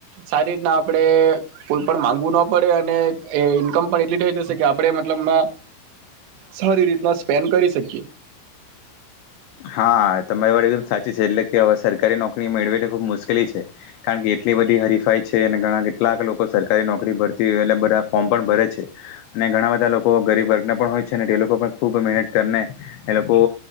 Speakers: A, on the right; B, on the left.
A: સારી રીતના આપણે કોઈ પણ માંગવું ના પડે અને ઈન્કમ પણ એટલી થઈ જશે કે આપણે મતલબમાં સારી રીત ન સ્પેન્ડ કરી શકીએ.
B: હા તમારી વાત એકદમ સાચી છે એટલે કે હવે સરકારી નોકરી. નોકરી મેળવેવી તો ખબ મુશકેલી છે. કારણ કે એટલી બધી હરીફાઈ છે અને ઘણા કેટલાક લોકો સરકારી નોકરી ભરતી હોય એટલે બધા ફોર્મ પણ ભરે છે અને ઘણા બધા લોકો ગરીબ વર્ગ ના પણ હોય છે ને એ લોકો પણ ખૂબ મહેનત કરીને એ લોકો